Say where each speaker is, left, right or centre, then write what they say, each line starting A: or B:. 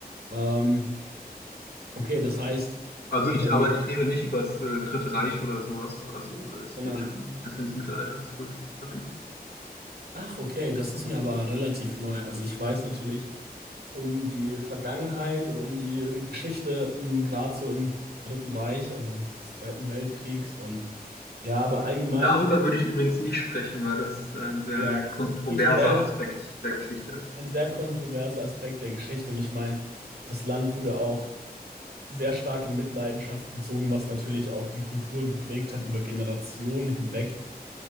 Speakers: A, on the right; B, on the left.
A: Ähm, okay, das heißt,
B: Also ich,
A: wenn
B: aber
A: ich,
B: ich rede nicht über das äh, Dritte Reich oder sowas. Also es
A: sondern
B: geht schon ein bisschen ins Mittelalter zurück, diese Verbindung.
A: Ach, okay, das ist mir aber relativ neu. Also ich weiß natürlich um die Vergangenheit und um die Geschichte im, gerade so im Dritten Reich, also des Zweiten Weltkriegs und ja, aber allgemein,
B: Darüber würde ich übrigens nicht sprechen, weil das ein sehr
A: ja, das
B: kontroverser
A: ist kulturell
B: Aspekt der Geschichte ist.
A: ein sehr kontroverser Aspekt der Geschichte und ich meine, das Land wurde auch sehr stark in Mitleidenschaft gezogen, was natürlich auch die Kultur geprägt hat über Generationen hinweg.